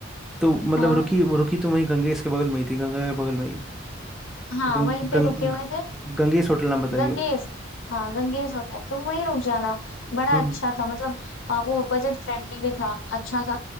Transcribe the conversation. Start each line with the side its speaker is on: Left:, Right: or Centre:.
Centre: तो मतलब
Left: हाँ
Centre: रुकी वो रुकी तो वही गंगेश के बगल में ही थी गंगा के बगल में ही
Left: हाँ
Centre: गंग,
Left: वहीं पे
Centre: गंग,
Left: रुके हुए थे
Centre: गंगेश होटल नाम बताइयो
Left: गंगेस हाँ गंगेस होटल तुम वहीं रुक जाना बड़ा
Centre: हम्म,
Left: अच्छा था मतलब आ, वो बजट फ्रेंडली भी था अच्छा था